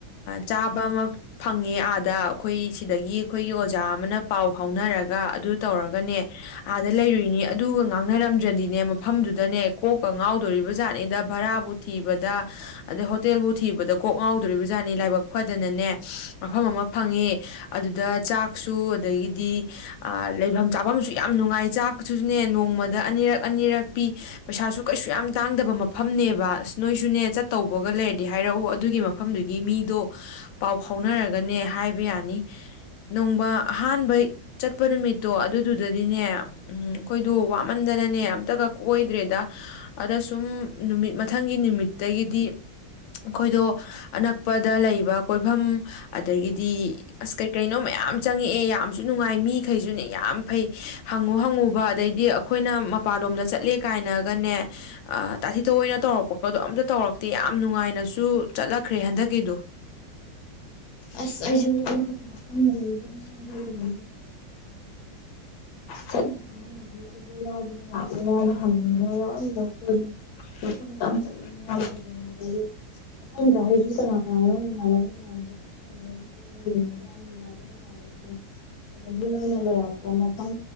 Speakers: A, on the left; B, on the left.
A: ꯆꯥꯕ ꯑꯃ ꯐꯪꯉꯦ ꯑꯥꯗ ꯑꯩꯈꯣꯏ ꯁꯤꯗꯒꯤ ꯑꯩꯈꯣꯏꯒꯤ ꯑꯣꯖꯥ ꯑꯃꯅ ꯄꯥꯎ ꯐꯥꯎꯅꯔꯒ ꯑꯗꯨ ꯇꯧꯔꯒꯅꯦ ꯑꯥꯗ ꯂꯩꯔꯨꯏꯅꯤ ꯑꯗꯨꯒ ꯉꯥꯡꯅꯔꯝꯗ꯭ꯔꯗꯤꯅꯦ ꯃꯐꯝꯗꯨꯗꯅꯦ ꯀꯣꯛꯀ ꯉꯥꯎꯗꯣꯔꯤꯕ ꯖꯥꯠꯅꯤꯗ ꯚꯔꯥꯕꯨ ꯊꯤꯕꯗ ꯑꯗꯩ ꯍꯣꯇꯦꯜꯕꯨ ꯊꯤꯕꯗ ꯀꯣꯛ ꯉꯥꯎꯗꯣꯔꯤꯕꯖꯥꯠꯅꯤ ꯂꯥꯏꯕꯛ ꯐꯗꯅꯅꯦ ꯃꯐꯝ ꯑꯃ ꯐꯪꯉꯦ ꯑꯗꯨꯗ ꯆꯥꯛꯁꯨ ꯑꯗꯒꯤꯗꯤ ꯂꯩꯐꯝ ꯆꯥꯐꯝꯁꯨ ꯌꯥꯝ ꯅꯨꯡꯉꯥꯏ ꯆꯥꯛꯁꯨ ꯑꯗꯨꯨꯅꯦ ꯅꯣꯡꯃꯗ ꯑꯅꯤꯔꯛ ꯑꯅꯤꯔꯛ ꯄꯤ ꯄꯩꯁꯥꯁꯨ ꯀꯩꯁꯨ ꯌꯥꯝ ꯇꯥꯡꯗꯕ ꯃꯐꯝꯅꯦꯕ ꯑꯁ ꯅꯣꯏꯁꯨꯅꯦ ꯆꯠꯇꯧꯕꯒ ꯂꯩꯔꯗꯤ ꯍꯥꯏꯔꯛꯎ ꯑꯗꯨꯒꯤ ꯃꯐꯝꯗꯨꯒꯤ ꯃꯤꯗꯣ ꯄꯥꯎ ꯐꯥꯎꯅꯔꯒꯅꯦ ꯍꯥꯏꯕ ꯌꯥꯅꯤ ꯅꯣꯡꯃ ꯑꯍꯥꯟꯕ ꯆꯠꯄ ꯅꯨꯃꯤꯠꯇꯣ ꯑꯗꯨꯗꯨꯗꯗꯤꯅꯦ ꯎꯝ ꯑꯩꯈꯣꯏꯗꯣ ꯋꯥꯃꯟꯗꯅꯅꯦ ꯑꯝꯇꯒ ꯀꯣꯏꯗ꯭ꯔꯦꯗ ꯑꯗ ꯁꯨꯝ ꯅꯨꯃꯤꯠ ꯃꯊꯪꯒꯤ ꯅꯨꯃꯤꯠ ꯑꯗꯒꯤꯗꯤ ꯑꯩꯈꯣꯏꯗꯣ ꯑꯅꯛꯄꯗ ꯂꯩꯕ ꯀꯣꯏꯐꯝ ꯑꯗꯒꯤꯗꯤ ꯑꯁ ꯀꯩ ꯀꯩꯅꯣ ꯃꯌꯥꯝ ꯆꯪꯉꯛꯑꯦ ꯌꯥꯝꯁꯨ ꯅꯨꯡꯉꯥꯏ ꯃꯤꯈꯩꯁꯨꯅꯦ ꯌꯥꯝ ꯐꯩ ꯍꯪꯉꯨ ꯍꯪꯉꯨ ꯑꯗ ꯑꯩꯈꯣꯏꯅ ꯃꯄꯥꯟꯂꯣꯝꯗ ꯆꯠ ꯆꯠꯂꯦ ꯀꯥꯏꯅꯒꯅꯦ ꯇꯥꯊꯤꯊꯣꯛꯑꯣꯏ ꯑꯣꯏꯅ ꯇꯧꯔꯛꯄꯒꯗꯣ ꯑꯝꯇ ꯇꯧꯔꯛꯇꯦ ꯌꯥꯝ ꯅꯨꯡꯉꯥꯏꯅꯁꯨ ꯆꯠꯂꯛꯈ꯭ꯔꯦ ꯍꯟꯗꯛꯀꯤꯗꯣ
B: ꯑꯁ ꯑꯩꯁꯨ ꯃꯐꯝꯗ ꯆꯠꯅꯤꯡꯉꯒꯅ ꯆꯠꯅ ꯈꯗꯤ ꯑꯩꯁꯨ ꯌꯥꯎꯕꯒ ꯂꯥꯛꯄꯒꯅ ꯍꯪꯉꯒ ꯌꯥꯎꯔꯝꯗ ꯀꯣꯂ ꯃꯐꯝꯗ ꯌꯥꯝ ꯆꯠꯅꯤꯡꯉꯦ ꯌꯥꯝ ꯐꯖꯩ ꯍꯥꯏꯕ ꯑꯗꯨ ꯃꯊꯪꯗ ꯑꯩꯁꯨ ꯀꯅꯥ ꯀꯅꯥꯅꯣꯏ ꯃꯥꯟꯂꯔꯣꯏ ꯏꯃꯥꯟꯂꯒ ꯈꯔ ꯍꯧꯉꯦ ꯅꯣꯏꯒꯤꯅ ꯌꯥꯝ ꯅꯨꯡꯉꯥꯏꯗꯧ ꯃꯥꯜꯂꯦꯁꯨ ꯑꯗꯒꯤ ꯅꯣꯏꯅ ꯂꯩꯔꯛꯄ ꯃꯐꯝ